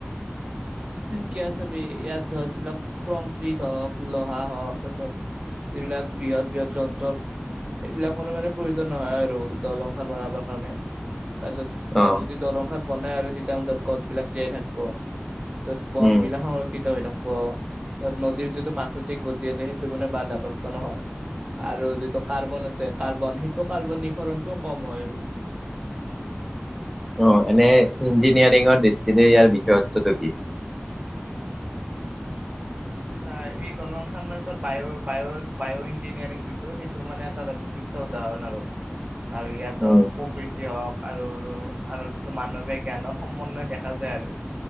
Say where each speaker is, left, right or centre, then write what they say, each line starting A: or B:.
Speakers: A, on the right (about 30°); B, in the centre.
A: কিয়া চাবি ইয়াত ধৰ যিবিলাক ক্ৰংক্ৰিট হওঁক, লোহা হওঁক তাছত যিবিলাক বৃহৎ বৃহৎ যন ন্ত্ৰ সেইবিলাকৰ মানে প্ৰয়োজন নহয় আৰু দলংখন বনাবৰ কাৰণে তাপিছত কোনবাই
B: অ
A: যদি দলং খান বনাই আৰু তেতিয়া মানে গছ বিলাক জীয়াই থাকব য'ত বন
B: উম
A: বিলাক সংৰক্ষিত হৈ থাকব। তাত নদীৰ যিটো প্ৰাকৃতিক গতি আছে, সেইটো মানে বাধাপ্ৰাপ্ত নহয়। আৰু যিটো কাৰ্বন আছে কাৰ্বন সেইটো কাৰ্বনিখৰণটোও কম হয় আৰু
B: অ' এনে ইঞ্জিনিয়াৰিঙৰ দৃষ্টিৰে ইয়াৰ বিশেষত্বটো কি?
A: চা এই দলং খন মানে তোৰ বায় বায় বায় ইঞ্জিনিয়াৰিং যিটো সেইটো মানে উৎকৃ ষ্ট উদাহৰণ আৰু
B: <inaudible>
A: আৰু ইয়াত ধৰ
B: উম
A: প্ৰকৃত তি হওঁক আৰু, আৰু যিটো মানৱীয় জ্ঞানৰ সমন্বয় দেখা যায় আৰু